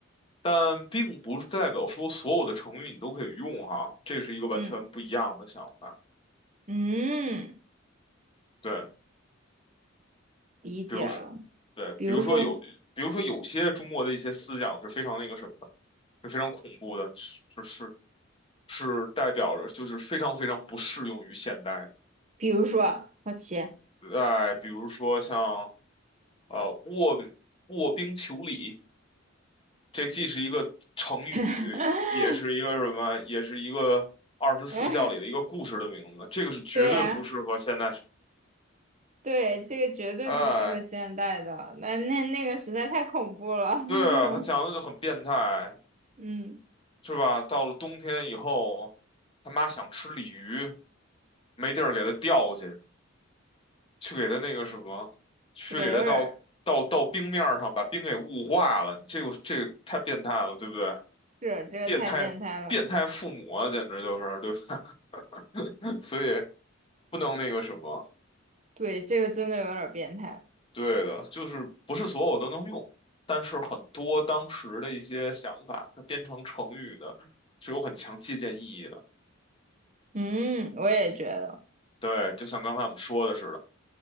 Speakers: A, on the left; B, on the right.
A: 但并不是代表说所有的成语你都可以用哈，这是一个完全不一样的想法。
B: 嗯嗯，
A: 对，
B: 理解了。
A: 比如说，对，比如说有，
B: 比如说，
A: 比如说有些中国的一些思想是非常那个什么的，是非常恐怖的，是是是代表着就是非常非常不适用于现代的。
B: 比如说啊，好奇，
A: 哎，比如说像呃卧卧冰求鲤，这既是一个成语，
B: <laughs>
A: 也是一个什么，也是一个二十四孝里的一个故事的名字。
B: 嗯，
A: 这个是绝对不适合现在。
B: 对啊，对，这个绝对不适合现代的，
A: 哎，
B: 那那那个实在太恐怖了。<laughs>
A: 对啊，他讲的就很变态，
B: 嗯，
A: 是吧？到了冬天以后，他妈想吃鲤鱼，没地儿给他钓去，去给他那个什么，去给他到到到冰面儿上，
B: 这个有点儿。
A: 把冰给雾化了，这个这个太变态了，对不对？
B: 是这个太变态了，
A: 变态变态父母啊，简直就是，对吧？<laughs> 所以不能那个什么，
B: 对，这个真的有点儿变态。
A: 对的，就是不是所有都能用，但是很多当时的一些想法，它编成成语的，是有很强借鉴意义的。
B: 嗯，我也觉得
A: 对，就像刚才我们说的似的，